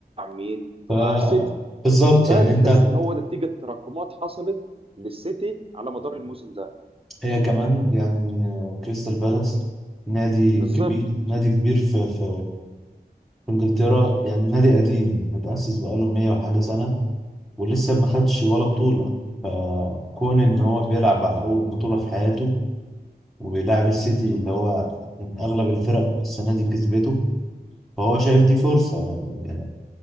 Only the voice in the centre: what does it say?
ف
بالظبط
يعني
أنت
هي كمان يعني آه، كريستال بالاس نادي
كبير نادي كبير في في في إنجلترا يعني نادي قديم متأسس بقاله 100 وحاجة سنة ولسه ما خدش ولا بطولة فكون إن هو بيلعب على أول بطولة في حياته وبيلعب السيتي اللي هو من أغلب الفرق السنة دي كسبته فهو شايف دي فرصة يعني